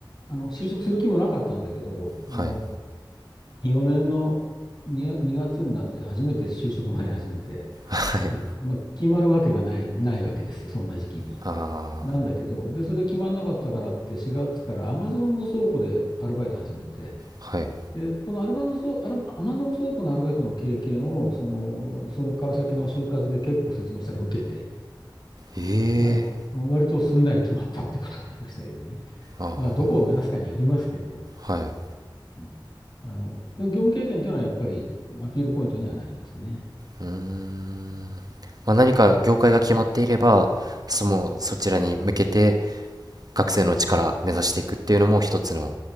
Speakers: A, on the left; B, on the right.
A: あの就職する気もなかったんだけど、
B: はい、
A: あの4年の2、2月になって初めて就職まで始めて、
B: はい、
A: で、まあ、決まるわけがない、ないわけですよ、そんな時期に。
B: あ
A: なんだけど、で、それ決まんなかったからって4月からアマゾンの倉庫でアルバイト始めて、
B: あ、はい。
A: で、このアルバのそ、アルバ、アマゾン倉庫のアルバイトの経験を、その、そこから先の就活で結構説明したら受けて、
B: ええ、
A: あの、割とすんなり決まったってことがありましたけどね。
B: あ
A: まあ、どこを目指すかによりますけど、
B: あ、はい。
A: うんあの、業務経験というのはやっぱりアピールポイントにはなりますね。
B: うーん。まあ、何か業界が決まっていれば、そのそちらに向けて学生のうちから目指していくっていうのも一つの